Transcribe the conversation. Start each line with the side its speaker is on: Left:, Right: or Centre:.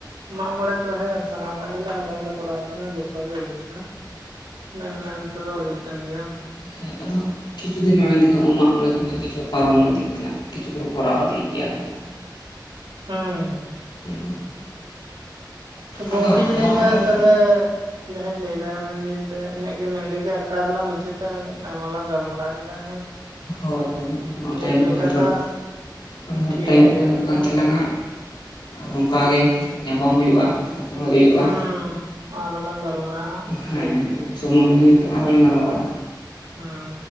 Right: ᱢᱟᱜ ᱢᱚᱬᱮ ᱠᱚ ᱦᱮᱸ ᱥᱟᱱᱟᱢᱟᱜ ᱜᱮᱞᱮ ᱟᱞᱮ ᱦᱚᱸᱞᱮ ᱠᱚᱨᱟᱣ ᱛᱟᱦᱮᱸᱱᱟ ᱡᱚᱛᱚ ᱜᱮ ᱦᱩᱭᱩᱜ ᱛᱟᱦᱮᱸᱱᱟ ᱢᱮᱱ ᱢᱮᱱ ᱛᱮᱫᱚ ᱦᱩᱭᱩᱜ ᱛᱟᱦᱮᱱ ᱜᱮᱭᱟ
Left: ᱦᱮᱸ ᱟᱫᱚ ᱠᱤᱪᱷᱩ ᱫᱤᱱ ᱢᱟᱲᱟᱝ ᱜᱮᱛᱚ ᱢᱟᱜ ᱢᱚᱬᱮ ᱠᱷᱚᱱᱟᱜ ᱠᱤᱪᱷᱩ ᱯᱟᱨᱚᱢ ᱤᱫᱤᱜ ᱠᱟᱱᱟ ᱠᱤᱪᱷᱩ ᱠᱚ ᱫᱚ ᱠᱚᱨᱟᱣ ᱤᱫᱤᱭᱮᱜ ᱜᱮᱭᱟ ᱠᱚ <unintelligible>
Right: ᱦᱮᱸ
Left: ᱦᱮᱸ
Right: ᱛᱚ ᱜᱚᱝᱠᱮᱧ
Left: ᱟᱫᱚ
Right: ᱞᱟᱹᱭᱫᱟ
Left: ᱢᱟᱜ ᱢᱚᱬᱮ
Right: ᱛᱟᱦᱚᱞᱮ ᱡᱟᱦᱟᱧ ᱞᱟᱹᱭ ᱫᱟ ᱢᱮᱱᱫᱟᱹᱧ ᱤᱱᱟᱹᱜ ᱜᱮ ᱱᱚᱰᱮ ᱜᱮ ᱟᱠᱷᱲᱟ ᱫᱚᱞᱟᱝ ᱢᱩᱪᱟᱹᱫᱟ ᱟᱭᱢᱟ ᱞᱟᱝ ᱜᱟᱞᱢᱟᱨᱟᱣ ᱠᱮᱫᱟ ᱦᱮᱸ
Left: ᱦᱳᱭ ᱦᱳᱭ
Right: ᱱᱤᱛ
Left: ᱴᱟᱭᱤᱢ
Right: ᱞᱮᱠᱟ
Left: ᱠᱚ ᱥᱮᱴᱮᱨᱚᱜ
Right: ᱫᱚ
Left: ᱦᱳᱭ ᱦᱳᱭ
Right: ᱴᱷᱤᱠ
Left: ᱴᱟᱭᱤᱢ
Right: ᱜᱮᱭᱟ
Left: ᱠᱚ ᱦᱩᱭᱩᱜ
Right: ᱛᱟᱦᱞᱮ
Left: ᱠᱟᱱ ᱛᱟᱞᱟᱝ ᱟ ᱟᱨᱦᱚᱸ ᱚᱱᱠᱟᱜᱮ ᱧᱟᱯᱟᱢ ᱦᱩᱭᱩᱜᱼᱟ ᱚᱲᱚᱜ ᱦᱩᱭᱩᱜᱼᱟ
Right: ᱦᱮᱸ ᱟᱨᱚ ᱞᱟᱝ ᱜᱟᱞᱢᱟᱨᱟᱣᱟ ᱦᱟᱸᱜ
Left: ᱦᱮᱸ
Right: ᱴᱷᱤᱠ ᱜᱮᱭᱟ
Left: ᱥᱚᱢᱚᱭ ᱦᱩᱭ ᱟᱠᱟᱱᱟ ᱟᱨᱦᱚ ᱞᱟᱝ ᱜᱟᱞᱢᱟᱨᱟᱣᱼᱟ᱾
Right: ᱦᱮᱸ